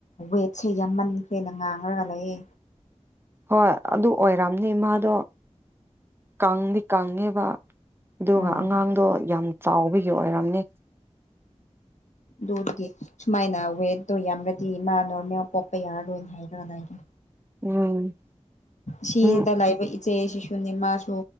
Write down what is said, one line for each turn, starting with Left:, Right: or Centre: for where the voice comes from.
Left: ꯋꯦꯠꯁꯦ ꯌꯥꯝꯃꯟꯈ꯭ꯔꯦꯅ ꯉꯥꯡꯉꯒ ꯂꯩꯑ
Right: ꯍꯣꯏ ꯑꯗꯨ ꯑꯣꯏꯔꯝꯅꯤ ꯏꯃꯥꯗꯣ ꯀꯥꯡꯪꯗꯤ ꯀꯪꯉꯦꯕ ꯑꯗꯨꯒ
Left: ꯎꯝ
Right: ꯑꯉꯥꯡꯗꯣ ꯌꯥꯝ ꯆꯥꯎꯕꯒꯤ ꯑꯣꯏꯔꯝꯅꯦ
Left: ꯑꯗꯨ ꯑꯗꯨꯗꯤ ꯁꯨꯃꯥꯏꯅ ꯋꯦꯠꯇꯣ ꯌꯥꯝꯔꯗꯤ ꯃꯥ ꯅꯣꯔꯃꯦꯜ ꯄꯣꯛꯄ ꯌꯥꯔꯔꯣꯏꯅ ꯍꯥꯏꯈ꯭ꯔꯒꯅ ꯍꯥꯏꯦ
Right: ꯎꯝ
Left: ꯁꯤꯗ
Right: ꯎꯝ
Left: ꯂꯥꯛꯕ ꯆꯦ ꯁꯤꯁꯨꯅꯦꯃꯁꯨ